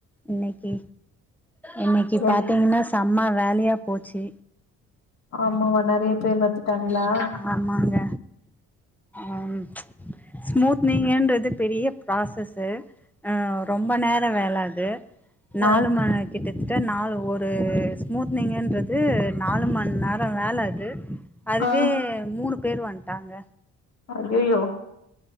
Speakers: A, in the centre; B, on the left (about 60°).
A: இன்னக்கி இன்னக்கி பாத்திங்கனா
B: எட்
A: செம்ம வேலையா போச்சு
B: ஆமாவா நறய பேரு வத்துட்டாங்களா
A: ஆ ஆமாங்க அம் ஸ்மூத்னிங்கன்றது பெரிய ப்ராசஸு ஆ ரொம்ப நேர வேல அது நாலு
B: ஆ
A: மண கிட்டதிட்ட நாலு ஒரு மூத்னிங்கன்றது நாலு மண் நேர வேல அது அதுவே
B: ஆ
A: மூணு பேரு வந்டாங்க
B: அய்யயோ